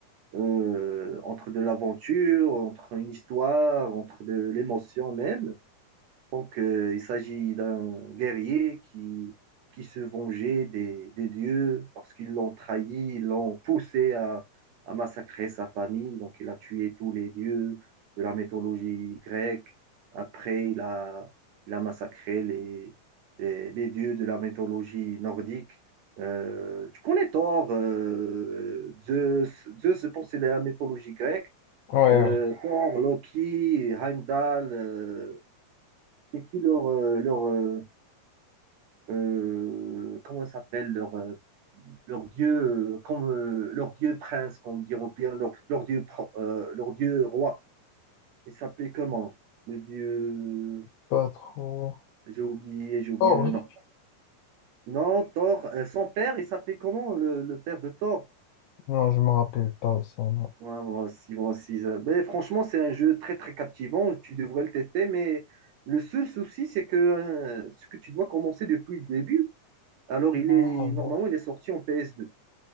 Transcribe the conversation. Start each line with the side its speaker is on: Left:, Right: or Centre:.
Right: euh, entre de l'aventure, entre une histoire, entre de l'émotion même. Donc, euh, il s'agit d'un guerrier qui, qui se vengeait des, des dieux parce qu'ils l'ont trahi, ils l'ont poussé à, à massacrer sa famille. Donc, il a tué tous les dieux de la mythologie grecque. Après, il a, il a massacré les, les, les dieux de la mythologie nordique. Euh, tu connais Thor, euh, Zeus, Zeus, je pense, c'est de la mythologie grecque.
Left: Ouais,
Right: Euh,
Left: ouais.
Right: Thor, Loki, Heimdall. euh, c'est qui leur, euh, leur euh, euh, comment ça s'appelle leur, euh, leur dieu euh, comme euh, leur dieu prince comme diront Pierre leur, leur dieu pro- euh, leur dieu roi il s'appelait comment le dieu
Left: Pas trop.
Right: j'ai oublié j'ai oublié
Left: Or,
Right: le
Left: non,
Right: nom non Thor euh, son père il s'appelait comment le, le père de Thor
Left: Non, je me rappelle pas ça. non.
Right: Ouais, moi aussi moi aussi ça- mais franchement c'est un jeu très très captivant tu devrais le tester mais le seul souci c'est que euh, ce que tu dois commencer depuis le début Alors, il
Left: Ah,
Right: est, normalement,
Left: non.
Right: il est sorti en PS2.